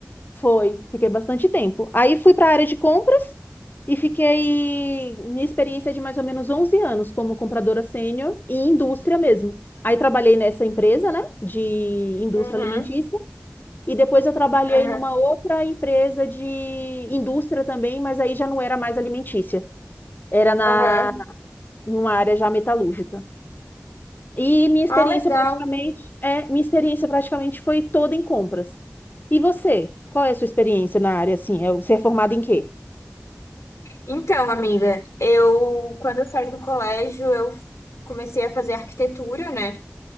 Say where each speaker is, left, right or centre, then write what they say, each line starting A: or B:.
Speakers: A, on the left; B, on the left.
A: foi, fiquei bastante tempo. Aí fui para a área de compras e fiquei minha experiência é de mais ou menos 11 anos como compradora sênior em indústria mesmo. Aí trabalhei nessa empresa, né, de indústria
B: Uhum,
A: alimentícia, e depois eu trabalhei
B: aham,
A: numa outra empresa de indústria também, mas aí já não era mais alimentícia, era na
B: aham.
A: numa área já metalúrgica. E minha experiência
B: Ah, legal.
A: praticamente é, minha experiência praticamente foi toda em compras. E você? Qual é a sua experiência na área assim? É, Você é formado em quê?
B: Então, amiga, eu, quando eu saí do colégio, eu comecei a fazer arquitetura, né?